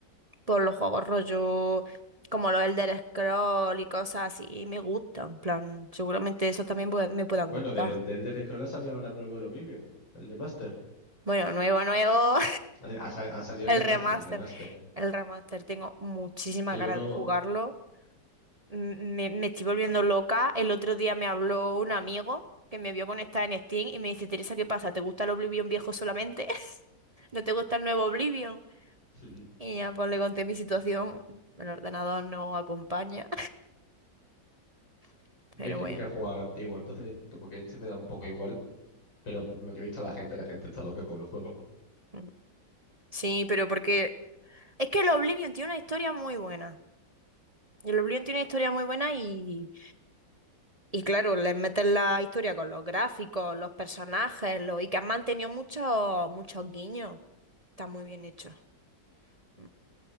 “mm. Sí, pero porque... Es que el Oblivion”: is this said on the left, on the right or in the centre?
Right